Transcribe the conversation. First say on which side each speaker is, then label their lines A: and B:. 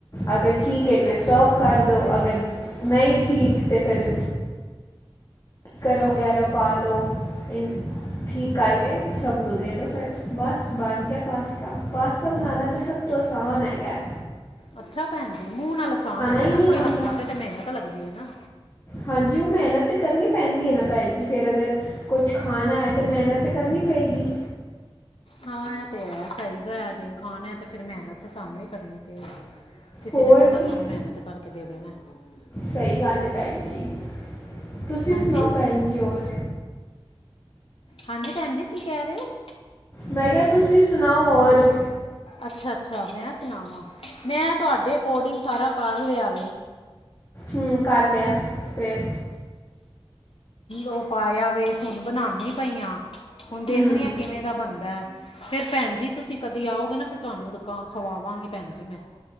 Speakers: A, on the left; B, on the left.
A: ਅਗਰ ਠੀਕ ਹੈ ਤਾਂ
B: ਅੱਛਾ
A: ਸਰਵ ਕਰ ਦੋ ਅਗਰ ਨਹੀਂ ਠੀਕ ਤਾਂ ਫੇਰ- ਕਰੋ ਗੈਰੋਂ ਪਾ ਲਓ ਇਨ, ਠੀਕ ਕਰਕੇ ਸਭ ਨੂੰ ਦੇ ਦੋ ਫੇਰ ਬਸ ਬਣ ਗਿਆਂ ਪਾਸਤਾ। ਪਾਸਤਾ ਬਣਾਉਣਾ ਤਾਂ ਸਭ- ਤੋਂ ਆਸਾਨ ਹੈਗਾਂ।
B: ਅੱਛਾ ਭੈਣ ਜੀ, ਮੂੰਹ ਨਾਲ ਅਸਾਨ ਹੈਗਾ
A: ਹੀ
B: ਨਾ
A: ਨਹੀਂ
B: ਥੋੜੇ
A: ਆਉਂਦਾ
B: ਹੱਥਾਂ ਤੇ, ਤੇ ਮਿਹਨਤ ਲੱਗਦੀ ਐ ਨਾ।
A: ਹਾਂਜੀ ਉ ਮਿਹਨਤ ਤੇ ਕਰਨੀਂ ਪੈਂਦੀ ਹੈ ਨਾ ਭੈਣ ਜੀ ਫ਼ੇਰ ਅਗਰ, ਕੁੱਛ ਖਾਣਾ ਹੈ ਤਾਂ ਮਿਹਨਤ ਤੇ ਕਰਨੀਂ ਪਏਂਗੀ।
B: ਹਾਂ ਇਹ ਤੇ ਹੈ, ਸਹੀ ਕੇਹਾ ਜੇ ਖਾਣਾ ਏ ਤੇ ਫੇਰ ਮਿਹਨਤ ਤੇ ਸਾਨੂੰ ਹੀ ਕਰਨੀ ਪਏਗੀ। ਕਿਸੀ
A: ਹੋਰ
B: ਨੇ ਥੋੜਾ ਨਾ
A: ਕੀ
B: ਸਾਨੂੰ ਮਿਹਨਤ ਕਰਕੇ ਦੇ ਦੇਣਾਂ ਐ।
A: ਸਹੀ ਗੱਲ ਹੈ ਭੈਣ ਜੀ, ਤੁਸੀਂ
B: ਹਾਂਜੀ
A: ਸੁਣਾਓ ਭੈਣ ਜੀ ਹੋਰ?
B: ਹਾਂਜੀ ਭੈਣ ਜੀ, ਕੀ ਕਹਿ ਰਹੇਂ ਹੋ?
A: ਮੈਂ ਕਿਹਾਂ, ਤੁਸੀਂ ਸੁਣਾਓ ਹੋਰ?
B: ਅੱਛਾ-ਅੱਛਾ, ਮੈਂ ਸੁਣਾਵਾਂ, ਮੈਂ ਤੁਹਾਡੇ ਅਕੋਡਿੰਗ ਸਾਰਾਂ ਕਰ ਲਿਆਵੇਂ।
A: ਹਮ, ਕਰ ਲਿਆਂ, ਫ਼ੇਰ?
B: ਉਹ ਪਾਇਆ ਵੇ, ਹੁਣ ਬਣਾਉਂਣੀ ਪਈ ਆਂ। ਹੁਣ
A: ਹੂੰ
B: ਦੇਖਣੀ ਆ, ਕਿਵੇਂ ਦਾ ਬਣਦਾ ਐ। ਫ਼ੇਰ ਭੈਣ ਜੀ, ਤੁਸੀਂ ਕਦੇ ਆਓਗੇ ਨਾ, ਫ਼ਿਰ ਤੁਹਾਨੂੰ ਖਵਾਵਾਂਗੇ, ਭੈਣ ਜੀ ਮੈਂ।